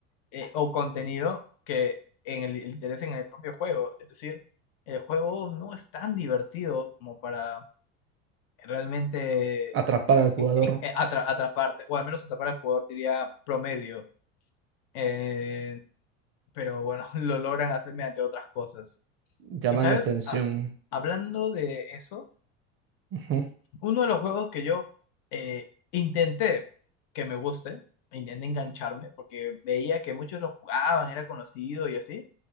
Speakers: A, on the left; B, on the right.
A: eh, o contenido que en el, el interés en el propio juego. Es decir, el juego no es tan divertido como para realmente
B: atrapar al jugador,
A: en- en- eh, atra- atraparte, o al menos atrapar al jugador, diría promedio. Eh, pero bueno, <laughs> lo logran hacer mediante otras cosas.
B: llaman
A: Y sabes,
B: la atención.
A: Ah, hablando de eso.
B: Ujú.
A: Uno de los juegos que yo eh, intenté que me guste, intenté engancharme, porque veía que muchos lo jugaban, era conocido y así,